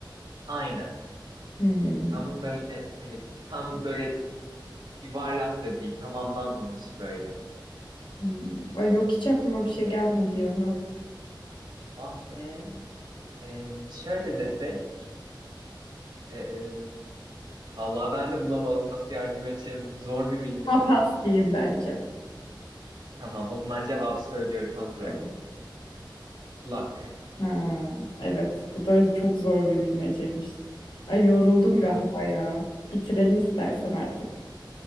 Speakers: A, on the right (about 60°); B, on the left (about 75°).
A: Aynen.
B: Hmm,
A: Ama böyle hani tam böyle yuvarlak da değil tamamlanmamış böyle.
B: hmm. Ay yok hiç aklıma bir şey gelmedi ya.
A: Ah be. Ee, şöyle desek. ee, vallahi ben de bulamadım nasıl yardım edeceğim. Zor bir bilmece
B: Buna pas
A: bu.
B: diyeyim bence.
A: Tamam o zaman cevabı söylüyorum hazır
B: Evet.
A: ol. Kulak.
B: Ha, evet bu da çok zor bir bilmeceymiş. Ay yoruldum
A: Evet
B: galiba ya. Bitirelim istersen artık.